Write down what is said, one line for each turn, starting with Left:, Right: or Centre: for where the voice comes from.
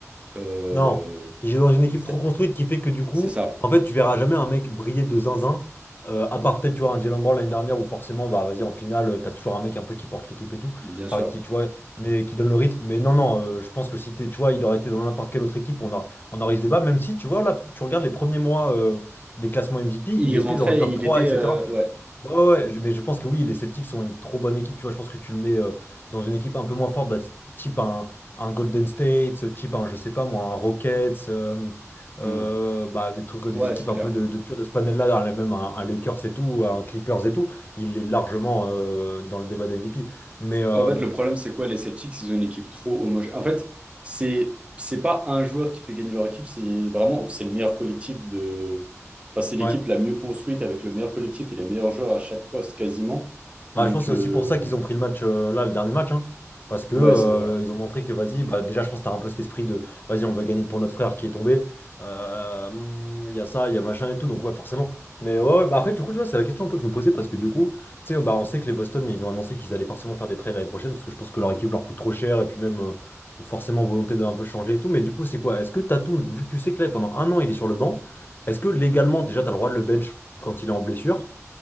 Right: euh,
Left: Non, il est dans une équipe
Right: C'est
Left: trop construite qui fait que du coup,
Right: c'est ça,
Left: en fait, tu verras jamais un mec briller de zinzin. Euh, à part peut-être, tu vois, un Jalen Brown l'année dernière où forcément, bah vas-y, en finale, euh, t'as toujours un mec un peu qui porte l'équipe et tout.
Right: bien
Left: Enfin,
Right: sûr.
Left: qui, tu vois, mais qui donne le rythme. Mais non, non, euh, je pense que si t'es, tu vois, il aurait été dans n'importe quelle autre équipe, on a, on aurait eu ce débat. Même si, tu vois, là, tu regardes les premiers mois euh, des classements MVP, il
Right: Il y
Left: était
Right: rentrait,
Left: dans le top
Right: il
Left: 3,
Right: était.
Left: etc.
Right: euh, Ouais,
Left: Ouais, ouais, ouais, je- mais je pense que oui, les Celtics sont une trop bonne équipe. Tu vois, je pense que tu le mets euh, dans une équipe un peu moins forte, bah, type un, un Golden State, euh, type un, je sais pas moi, un Rockets, euh, euh,
Right: Hmm.
Left: bah, des trucs, euh, des
Right: Ouais,
Left: équipes
Right: c'est
Left: un
Right: clair.
Left: peu de, de, tu vois, de ce panel-là, même un, un Lakers et tout, un Clippers et tout. Il est largement euh, dans le débat d'MVP. Mais euh,
Right: En fait, le problème, c'est quoi? Les Celtics, ils ont une équipe trop homogène. En fait, c'est c'est pas un joueur qui fait gagner leur équipe, c'est vraiment c'est le meilleur collectif de. Enfin, c'est l'équipe
Left: ouais.
Right: la mieux construite avec le meilleur collectif et les meilleurs joueurs à chaque poste quasiment.
Left: Bah,
Right: Donc,
Left: je pense que c'est
Right: euh,
Left: aussi pour ça qu'ils ont pris le match euh, là, le dernier match, hein. parce que
Right: ouais,
Left: euh,
Right: c'est vrai.
Left: ils ont montré que vas-y, bah, déjà je pense que t'as un peu cet esprit de vas-y, on va gagner pour notre frère qui est tombé. Euh, hum, Il y a ça, il y a machin et tout, donc ouais, forcément. Mais ouais, ouais, bah après, du coup, tu vois, c'est la question un peu que je me posais parce que du coup, tu sais, bah, on sait que les Boston ils ont annoncé qu'ils allaient forcément faire des trades l'année prochaine parce que je pense que leur équipe leur coûte trop cher et puis même euh, forcément volonté d'un peu changer et tout. Mais du coup, c'est quoi? Est-ce que Tatum, vu que tu sais que là pendant un an il est sur le banc, est-ce que légalement déjà t'as le droit de le bench quand il est en blessure?